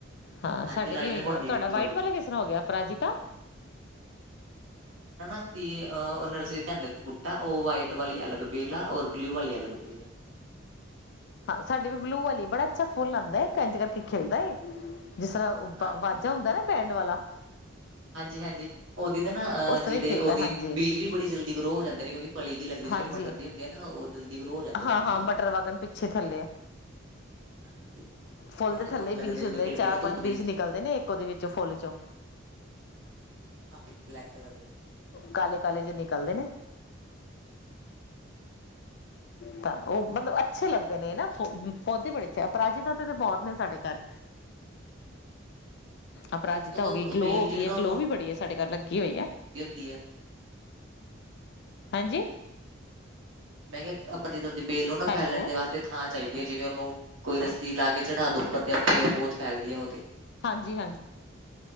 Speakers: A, on the left; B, on the right.
A: ਹਾਂ
B: ਹਾਂਜੀ
A: ਸਾਡੇ
B: ਲਾਈਨਿੰਗ
A: ਵੀ ਹੋਏ ਨੇ
B: ਹੁੰਦੀ
A: ਆਰ ਤੁਹਾਡਾ
B: ਵਿੱਚ ਥੋੜੀ
A: ਵਾਈਟ ਵਾਲਾ ਕਿਸ ਤਰ੍ਹਾਂ ਹੋ ਗਿਆ ਅਪਰਾਜੀਤਾ
B: ਸੀ ਤੇ ਅ ਉਹਨਾਂਸੀ ਧਿਆ ਦ ਸੀ <unintelligible> ਉਹ ਵਾਈਟ ਵਾਲੀ ਅਲੱਗ ਬੇਲ ਆ ਔਰ ਬਲਿਊ ਵਾਲੀ ਅਲੱਗ ਬੇਲ
A: ਹਾਂ ਸਾਡੀ ਵੀ ਬਲੂ ਵਾਲੀ ਬੜਾ ਅੱਛਾ ਫੁੱਲ ਆਉਂਦਾ ਏ ਕੰਜ ਕਰਕੇ ਖਿਲਦਾ ਏ ਜਿਸ ਤਰ੍ਹਾਂ ਵਾ
B: ਹਾਂਜੀ
A: ਵਾਜਾ ਹੁੰਦਾ ਨਾ ਬੈਂਡ ਵਾਲਾ
B: ਹਾਂਜੀ ਹਾਂਜੀ ਉਹਦੀ ਨਾ ਅਹ
A: ਉਸ ਤਰ੍ਹਾਂ
B: ਜਿਹੜੇ
A: ਹੀ ਖਿਲਦਾ
B: ਉਹਦੀ
A: ਹਾਂਜੀ
B: ਬੀਜ ਵੀ ਬੜੀ ਜਲਦੀ ਗਰੋ ਹੋ ਜਾਂਦੇ ਨੇ ਕਿਉਂਕਿ ਫਲੀ ਜਿਹੀ ਲੱਗਦੀ ਜਿਵੇਂ
A: ਹਾਂਜੀ
B: ਮਟਰ ਦੀ ਹੁੰਦੀ ਆ ਨਾ ਉਹ ਜਲਦੀ ਗਰੋ ਹੋ ਜਾਂਦੇ ਉਹਦੇ
A: ਹਾਂ ਹਾਂ
B: ਬੀਜ
A: ਮਟਰ
B: ਵੀ
A: ਵਗਣ ਪਿੱਛੇ ਥੱਲੇ
B: ਹਾਂਜੀ ਸੋਹਣੇ
A: ਫੁੱਲ ਦੇ ਥੱਲੇ
B: ਬਹੁਤ ਲੱਗਦੇ
A: ਬੀਜ
B: ਜਦੋਂ
A: ਹੁੰਦੇ
B: ਖਿੜਦੇ
A: ਚਾਰ
B: ਨਾ ਧੁੱਪ
A: ਪੰਜ
B: ਦੇ
A: ਬੀਜ
B: ਵਿੱਚ
A: ਨਿਕਲਦੇ ਨੇ ਇੱਕ ਉਹਦੇ ਵਿੱਚੋਂ ਫੁੱਲ ਚੋਂ
B: ਹਾਂ ਬਲੈਕ ਕਲਰ ਦੇ
A: ਕਾਲੇ ਕਾਲੇ ਜ ਨਿਕਲਦੇ ਨੇ ਤਾਂ ਉਹ ਮਤਲਬ ਅੱਛੇ ਲੱਗਦੇ ਨੇ ਨਾ ਪੌਦੇ ਬੜੇ ਅੱਛੇ ਅਪਰਾਜਿਤਾ ਬਹੁਤ ਨੇ ਸਾਡੇ ਘਰ ਅਪਰਾਜਿਤਾ
B: ਹਾਂਜੀ ਉਦੋਂ
A: ਹੋ ਗਈ ਗਲੋ
B: ਬੇਲ
A: ਹੋ ਗਈ
B: ਜੋ
A: ਹੈ
B: ਨਾ
A: ਗਲੋ ਵੀ ਬੜੀ ਹੈ ਸਾਡੇ ਘਰ ਲੱਗੀ ਹੋਈ ਹੈ
B: ਆ
A: ਹਾਂਜੀ
B: ਮੈਂ ਆਪਾਂ ਜਿੱਦਾਂ ਦੀ ਬੇਲ ਨੂੰ ਨਾ
A: ਹੈਲੋ
B: ਫੈਲਣ ਦੇ ਵਾਸਤੇ ਥਾ ਚਹੀਦੀ ਹੈ ਜੀ ਉਹਨੂੰ ਕੋਈ ਰੱਸੀ ਲਾ ਕੇ ਚੜਾ ਦੋ ਉੱਪਰ ਤੇ ਆਪੇ ਬਹੁਤ ਫੈਲਦੀ ਈ ਹੈ ਉਹ ਤੇ
A: ਹਾਂਜੀ